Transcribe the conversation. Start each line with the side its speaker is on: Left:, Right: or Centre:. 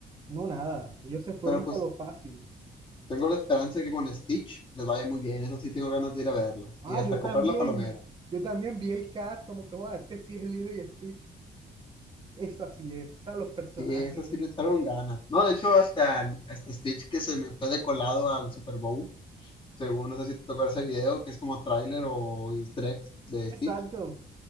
Right: No, nada, ellos se fueron
Left: Pero pues
Right: para lo fácil.
Left: tengo la esperanza de que con Stitch les vaya muy bien, eso sí tengo ganas de ir a verla.
Right: Ah,
Left: Y hasta
Right: yo también,
Left: comprar la palomera.
Right: yo también vi el cast, como que, joder, este sí es Lilo y Stitch. Esa sí es, a los personajes.
Left: Sí, eso sí le echaron ganas. No, de hecho, hasta, el- hasta Stitch que se me fue de colado al Super Bowl, según no sé si te acuerdas ese video, que es como tráiler o easter eggs de
Right: Exacto.
Left: Stitch,